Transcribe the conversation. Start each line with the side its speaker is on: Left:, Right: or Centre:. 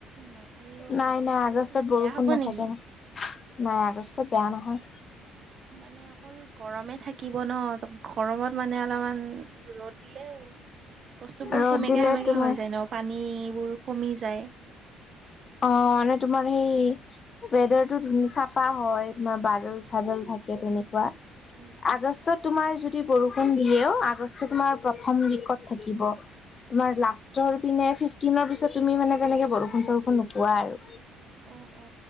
Right: নাথাকিব
Left: নাই
Right: বাৰু
Left: নাই আগষ্টত
Right: বেছি
Left: বৰষুণ
Right: বেয়া হ'ব
Left: নাথাকে
Right: নেকি?
Left: ন নাই আগষ্টত বেয়া নহয়।
Right: মানে অকল গৰমে থাকিব ন, গৰমত মানে অলপমান ৰ'দ দিলেও বস্তুবোৰ
Left: ৰ'দ
Right: সেমেকাে
Left: দিলে
Right: সেমেকে
Left: তোমাৰ
Right: হৈ যায় ন পানীবোৰ কমি যায়।
Left: অ মানে তোমাৰ সেই ৱেডাৰটো ধু চাফা হয়, তোমাৰ বাদল-চাদল থাকে তেনেকুৱা।
Right: উম উম
Left: আগষ্টত
Right: উম।
Left: তোমাৰ যদি বৰষুণ দিয়েও আগষ্ট তোমাৰ প্ৰথম উইকত থাকিব। তোমাৰ লাষ্টৰ পিনে ফিফটিনৰ পিছত তুমি মানে তেনেকে বৰষুণ চৰষুণ নোপোৱা আৰু।
Right: অ অ